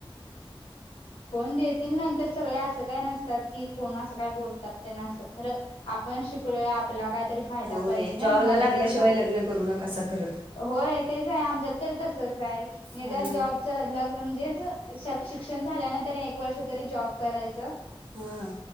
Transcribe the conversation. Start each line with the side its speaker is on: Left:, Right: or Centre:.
Left: कोण देतील नंतर सगळे असं काय नसतात. की कोण असं काय बोलतात त्यांना असं खर आपण शिकल आपल्याला काहीतरी फायदा
Right: होय
Left: पाहिजे ना
Right: जॉबला
Left: नॉलेजचा.
Right: लागल्याशिवाय लग्न करू नकासा करं
Left: होय तेच आहे आमच्यात तर तसच आहे निदान
Right: हा
Left: जॉब लग्न म्हणजे शिक्षण झाल्यानंतर एक वर्ष तरी जॉब करायचं
Right: हा